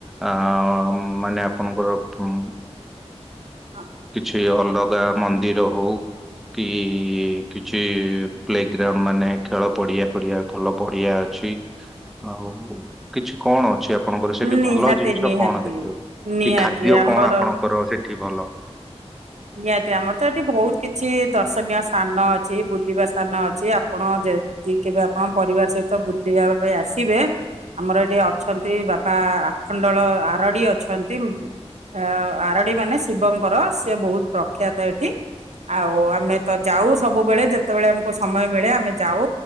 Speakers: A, in the centre; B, on the right.
A: ଆ ମାନେ ଆପଣଙ୍କର ପୁଁ
B: ହଁ।
A: କିଛି ଅଲଗା ମନ୍ଦିର ହଉ କି, କିଛି ପ୍ଲେ୍ ମାନେ ଖେଳ ପଡିଆ ପଡିଆ ଭଲ ପଢିଆ ଅଛି। ଆଉ କିଛି କଣ ଅଛି ଆପଣଙ୍କର ସେଠି
B: ନିହାତି
A: ଭଲ ଜିନିଷ
B: ନିହାତି
A: କଣ ଦେଖିବାକୁ?
B: ନିହାତି
A: କି ଖାଦ୍ୟ
B: ଆମର
A: କଣ ଆପଣଙ୍କର ସେଠି ଭଲ?
B: ନିହାତି ଆମର ତ ଏଠି ବହୁତ୍ କିଛି ଦର୍ଶନୀୟ ସ୍ଥାନ ଅଛି। ବୁଲିବା ସ୍ଥାନ ଅଛି। ଆପଣ ଯେ ଯଦି କେବେ ଆପଣ ପରିବାର ସହିତ ବୁଲିବାବା ପାଇଁ ଆସିବେ ଆମର ଏଠି ଅଛନ୍ତି ବାପା ଆଖଣ୍ଡଳ ଆରଡ଼ି ଅଛନ୍ତି। ଅ ଆରଡି ମାନେ ଶିବଙ୍କର ସେ ବହୁତ୍ ପ୍ରଖ୍ୟାତ ଏଠି। ଆଉ ଆମେ ତ ଯାଉ ସବୁବେଳେ ଯେତେବଳେ ଆମକୁ ସମୟ ମିଳେ ଆମେ ଯାଉ।